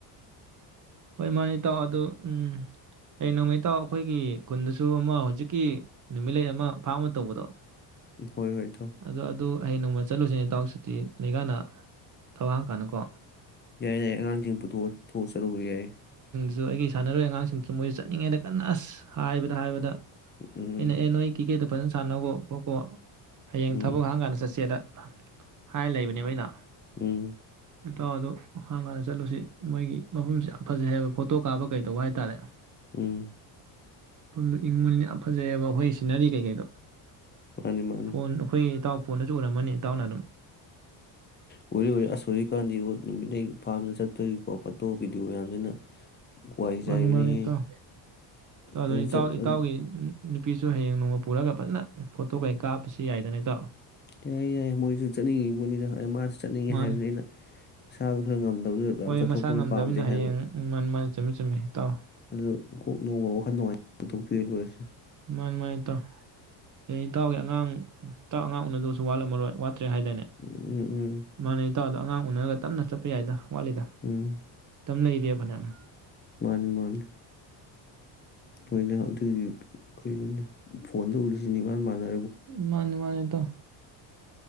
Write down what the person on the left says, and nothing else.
ꯎꯝ ꯍꯣꯏ ꯍꯣꯏ ꯏꯇꯥꯎ꯫
ꯌꯥꯏ ꯌꯥꯏ ꯑꯉꯥꯡꯁꯤꯡ ꯄꯨꯊꯣꯛ ꯑ ꯊꯣꯛꯑ ꯆꯠꯂꯨꯕ ꯌꯥꯏ꯫
ꯎꯝ
ꯎꯝ
ꯎꯝ꯫
ꯎꯝ꯫
ꯃꯥꯅꯤ ꯃꯥꯅꯤ
ꯎ ꯎꯔꯤ ꯑꯁꯣꯔꯤꯀꯥꯟꯗꯤ ꯅꯨꯃꯤꯠꯡ ꯄꯥꯝꯅ ꯆꯠꯄꯒꯤꯀꯣ ꯐꯣꯇꯣ ꯚꯤꯗꯤꯑꯣ ꯃꯌꯥꯝꯁꯤꯅ ꯋꯥꯏ ꯆꯥꯏꯕꯅꯤꯍꯦ
ꯑꯗꯨ
ꯆꯠ ꯑꯗꯨ
ꯌꯥꯏꯦ ꯌꯥꯏꯦ ꯃꯣꯏꯁꯨ ꯆꯠꯅꯤꯡꯉꯤ ꯄꯣꯠꯅꯤꯅ ꯃꯥꯁꯨ ꯆꯠꯅꯤꯡꯉꯦ
ꯍꯥꯏꯕꯅꯤ ꯑꯩꯅ ꯏꯁꯥꯗꯣ ꯈꯔ ꯉꯝꯗꯦ ꯇꯗꯨ
ꯌꯥꯝ ꯆꯠꯊꯣꯛꯄꯗꯨ
ꯄꯥꯝꯗꯦ
ꯍꯥꯏꯕ
ꯑꯗꯨ ꯀꯣꯛ ꯅꯅꯨꯡꯃ ꯋꯥꯈꯜ ꯅꯨꯡꯉꯥꯏ ꯄꯨꯊꯣꯛꯄꯤ ꯌꯦꯜ ꯂꯣꯏꯖꯦ
ꯎꯝ ꯎꯝ
ꯎꯝ
ꯃꯥꯅꯤ ꯃꯥꯅꯤ ꯅꯣꯏꯅ ꯑꯗꯨꯒꯤ ꯀꯅꯣꯅꯦ ꯐꯣꯟ ꯇ ꯎꯔꯤꯁꯤꯅꯦ ꯏ ꯃꯥ ꯃꯥꯟꯅ